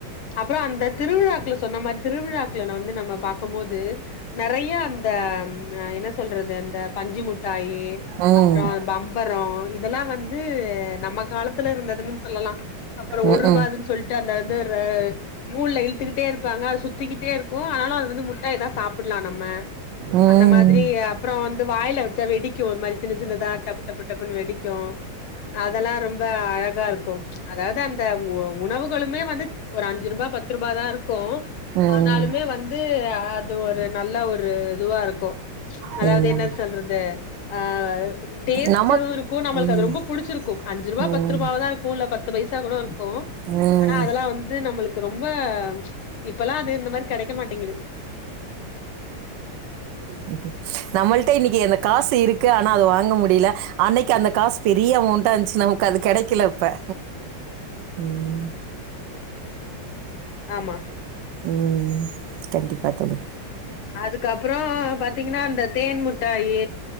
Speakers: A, on the left (about 80°); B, on the right (about 70°).
A: அப்புறோ அந்த திருவிழாக்குல சொன்ன மாரி திருவிழாக்கல வந்து நம்ம பாக்கும் போது நெறைய அந்த ஆ என்ன சொல்றது அந்த பஞ்சு முட்டாயி
B: ம்
A: அப்புறோ பம்பரோ இதெல்லா வந்து நம்ம காலத்துல இருந்ததுன்னு சொல்லலா அப்புறோ
B: ம்ஹூம்
A: ஒரு ரூபாதுன்னு சொல்லிட்டு அந்த இது நூலுல இழுத்துக்கிட்டே இருப்பாங்க அது சுத்திக்கிட்டே இருக்கு ஆனாலும் அது வந்து முட்டாய்தா சாப்பிடலா நம்ம
B: ம்
A: அந்த மாதிரி
B: ம்
A: அப்புறோ வந்து வாயில வச்சா வெடிக்கு ஒரு மாதிரி சின்னசின்னதா டப்பு டப்பு டப்புனு வெடிக்கு அதெல்லா ரொம்ப அழகா இருக்கு அதாவது அந்த உணவுகளுமே வந்து ஒரு அஞ்சு ரூபா பத்து ரூபா தா இருக்கு
B: ம்
A: ஆனாலுமே வந்து அது ஒரு நல்ல ஒரு இதுவா இருக்கு அதாவது
B: ம்
A: என்ன சொல்றது ஆஹ் டேஸ்டும்
B: நமக்
A: இருக்கும் நம்மளுக்கு
B: ம்
A: அது ரொம்ப புடிச்சிருக்கும் அஞ்சு ரூபா்
B: ம்
A: பத்து ரூபாதான் இருக்கும் இல்ல பத்து பைசா கூட இருக்கும்
B: ம்
A: ஆனா அதெல்லாம் வந்து நம்மளுக்கு ரொம்ப <unintelligible> இப்பல்லாம் அது இந்த மாதிரி கிடைக்க மாட்டேங்குது
B: ம் ம் நம்மள்ட இன்னைக்கு எனக் காசு இருக் கு ஆனா அது வாங்க முடியல அன்னைக் கு அந்த காச பெரிய அமௌண்டா இருந்துச்சு நமக்கு அது கிடைக்கலப்ப ம்
A: ஆமா
B: உம் கண்டிப்பா தோழி
A: அதுக்கப்புறம் பாத்தீங்கன்னா இந்த தேன் முட்டாயி